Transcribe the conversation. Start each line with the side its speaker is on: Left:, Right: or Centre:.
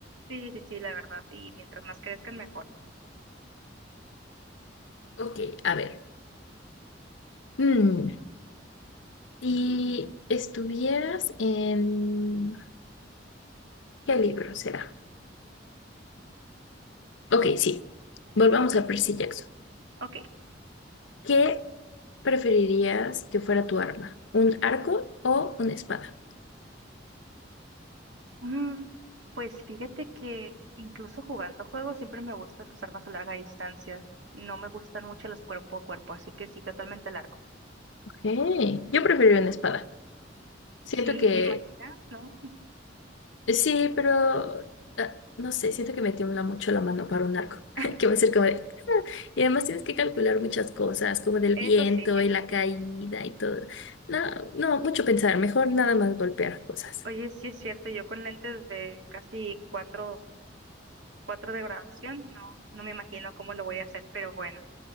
Right: Sí, sí, sí, la verdad. Y mientras más crezcan, mejor.
Left: Ok, a ver. Mm. Si estuvieras en... ¿Qué libro será? Ok, sí. Volvamos a Percy Jackson.
Right: Ok,
Left: ¿Qué preferirías que fuera tu arma? ¿Un arco o una espada?
Right: Mm, Pues fíjate que incluso jugando juegos siempre me gustan las armas a larga distancia. No me gustan mucho los cuerpo a cuerpo, así que sí, totalmente largo.
Left: Ok, Yo preferiría una espada. Siento
Right: Sí,
Left: que...
Right: ¿te imaginas? ¿No?
Left: Sí, pero... ah, No sé, siento que me tiembla mucho la mano para un arco. <laughs>
Right: <laughs>
Left: Que va a ser como de- Y además tienes que calcular muchas cosas, como del
Right: Eso
Left: viento
Right: sí, eso
Left: y la caída
Right: sí.
Left: y todo. No, no, mucho pensar. Mejor nada más golpear cosas.
Right: Oye, sí es cierto, yo con lentes de casi cuatro, cuatro de graduación, no, no me imagino cómo lo voy a hacer, pero bueno,